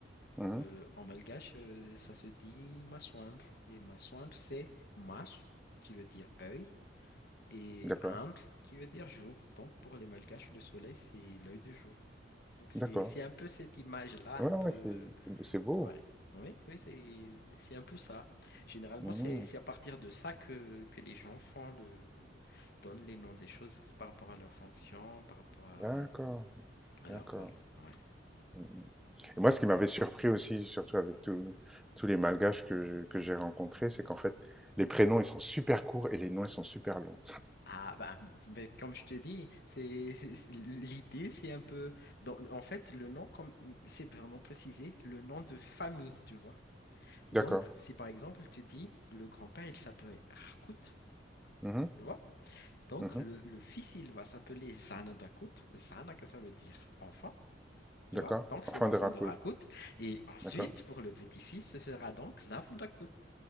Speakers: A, in the centre; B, on the left.
A: mhm.
B: euh,
A: Mhm.
B: en malgache, euh, ça se dit maswandre. Et maswandre, c'est mas, qui veut dire œil, et
A: D'accord.
B: andre, qui veut dire jour. Donc, pour les malgaches, le soleil, c'est l'œil du jour. Donc, c'est,
A: D'accord.
B: c'est un peu cette image-là,
A: Ouais,
B: un peu.
A: ouais, c'est c'est- c'est beau.
B: Ouais. Oui, oui, c'est, c'est un peu ça. Généralement,
A: Mhm.
B: c'est, c'est à partir de ça que, que les gens font le, donnent les noms des choses par rapport à leur fonction, par rapport à
A: D'accord.
B: alors,
A: D'accord.
B: rôle, ouais.
A: Mmh. Et moi, ce qui m'avait surpris aussi, surtout avec tous tous les malgaches que je- que j'ai rencontrés, c'est qu'en fait, les prénoms, ils sont super courts et les noms, ils sont super longs.
B: Ah, bah, mais comme je te dis, c'est c'est- c'est- l'idée, c'est un peu. dans- en fait, le nom, comme c'est vraiment précisé, le nom de famille, tu vois. Donc,
A: D'accord.
B: si par exemple, tu dis le grand-père, il s'appelait Rakout,
A: Mhm,
B: tu vois. Donc,
A: mhm.
B: le, le fils, il va s'appeler Zanadakut. Zana, que ça veut dire enfant, tu
A: D'accord.
B: vois. Donc, c'est
A: Enfin,
B: l'enfant
A: de raconte.
B: de Rakout. Et ensuite,
A: D'accord.
B: pour le petit-fils, ce sera donc Zafndakut.